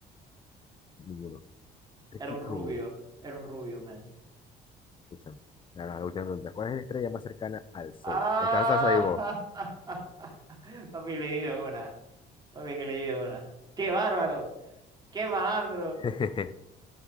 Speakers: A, on the left; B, on the right.
A: ninguno. Ricky
B: Era un rubio.
A: Rubio.
B: Era un rubio, man.
A: Escúchame. Ahora, La última pregunta. ¿Cuál es la estrella más cercana al Sol?
B: Ah,
A: Está la salsa de vos.
B: <laughs> papi, leí de una. Papi, que leí de una. ¡Qué bárbaro! ¡Qué malandro!
A: <laughs>